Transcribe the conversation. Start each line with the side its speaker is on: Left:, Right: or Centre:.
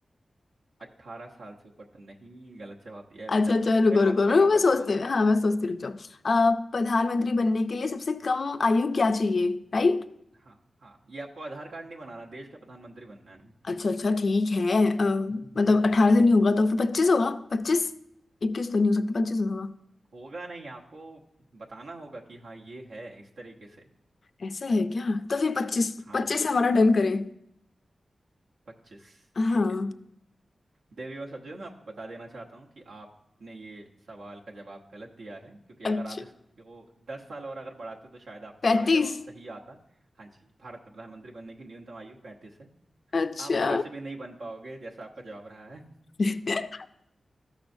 Right: अट्ठारह साल से ऊपर तो नहीं गलत जवाब दिया है वैसे
Left: अच्छा
Right: आपने
Left: अच्छा
Right: तो
Left: रुको
Right: फिर मौका
Left: रुको
Right: फिर
Left: रुको
Right: मौका
Left: मैं सोचते
Right: देता हूँ मैं
Left: हाँ मैं सोचती रुक जाओ अह, प्रधानमंत्री बनने के लिए सबसे कम आयु क्या चाहिए राइट
Right: हाँ हाँ ये आपको आधार कार्ड नहीं बनाना देश का प्रधानमंत्री बनना है
Left: अच्छा अच्छा ठीक है अह,
Right: <laughs>
Left: मतलब अठारह से नहीं होगा तो फिर पच्चीस होगा पच्चीस इक्कीस तो नहीं हो सकता पच्चीस होगा
Right: होगा नहीं आपको बताना होगा कि हाँ ये है इस तरीके से
Left: ऐसा है क्या तो फिर पच्चीस
Right: हाँ
Left: पच्चीस हमारा डन करें
Right: पच्चीस
Left: हाँ
Right: ठीक है देवियों और सज्जनों मैं आपको बता देना चाहता हूँ कि आपने ये सवाल का जवाब गलत दिया है क्योंकि
Left: अच्छा
Right: अगर आप इसको दस साल और अगर बढ़ाते तो शायद आपका
Left: पैंतीस
Right: जवाब सही आता हाँ जी भारत में प्रधानमंत्री बनने की न्यूनतम आयु पैंतीस है
Left: अच्छा
Right: आप तो वैसे भी नहीं बन पाओगे जैसा आपका जवाब रहा है
Left: <laughs>